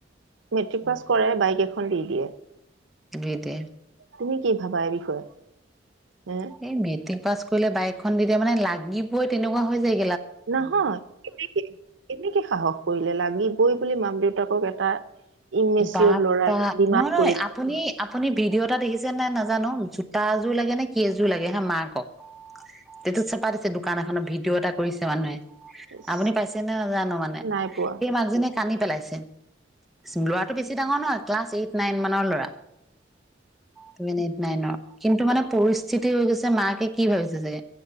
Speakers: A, on the right (about 80°); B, in the centre.
A: মেট্ৰিক পাছ কৰে বাইক এখ খন দি দিয়ে
B: দি দিয়ে
A: তুমি কি ভাবা, এই বিষয়ে হে
B: এই মেট্ৰিক পাছ কৰিলে বাইক দিদিয়ে মানে লাগিবই তেনেকুৱা হৈ যায়
A: নহয়, কেনেকে-কেনেকে সাহস কৰিলে লাগিবই বুলি মাক-দেউ তাকক এটা ইমেচিয়ৰ
B: বা
A: ল'ৰাই
B: পা,
A: ডিমাণ্ড
B: নহয়
A: কৰিব
B: আপুনি আপুনি ভিডিঅ' এটা দেখিছে যে মই নাজানো, জোতাযোৰ লাগে নে কি এযোৰ লাগে হা মাকক, তেটো চেপা দিছে দোকান এখনত ভিডিঅ' এটা কৰিছে মানুহে
A: ইচ
B: আপুনি পাইছে নে নাজানো মানে,
A: নাই পোৱা
B: সেই মাকজনীয়ে কানি পেলাইছে লৰাটো বেছি ডাঙৰ নহয় ক্লাছ এইট-নাইন মানৰ ল'ৰা। চেভেন এইট নাইনৰ, কিন্তু মানে পৰিস্থিতি হৈ গৈছে মাকে কি ভাবিছে চাগে,